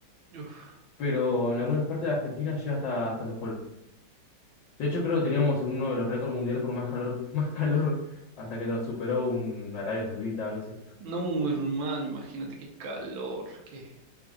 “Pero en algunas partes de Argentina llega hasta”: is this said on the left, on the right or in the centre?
Left